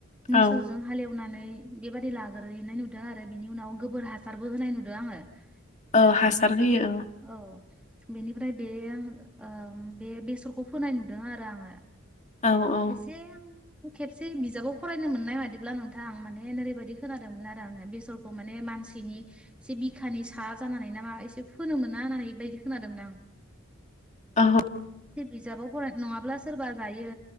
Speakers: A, on the left; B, in the centre.
A: औ
B: मोसौजों फुनानै बेबादि लाग्रैनाय नुदो आरो बेनि उनाव गोबोर हासारबो होनाय नुदो आङो।
A: औ
B: ओ
A: हासार
B: बेहाय
A: होयो
B: गोबो औ। बेनिफ्राय बेयो ओ बे बेसरखौ फोनाय नुदों आरो आङो।
A: औ-औ।
B: एसे आं खेबसे बिजाबाव फरायनो मोननाय मादि ब्ला नोंथां आं माने नोरैबायदि खोनादोंमोन आरो आङो बेसरखौ माने मानसिनि से बिखानि सा जानानै ना मा एसे फोनोमोना नानै बायादि खोनादोमोन आं।
A: औ आं
B: बे बिजाबाव फराय नङाब्ला सोरबा जायो